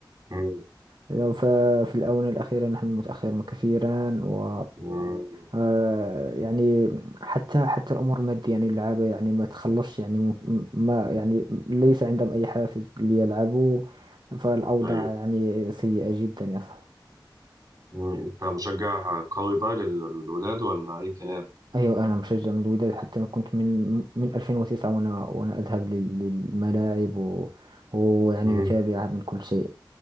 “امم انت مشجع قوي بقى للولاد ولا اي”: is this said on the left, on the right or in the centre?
Right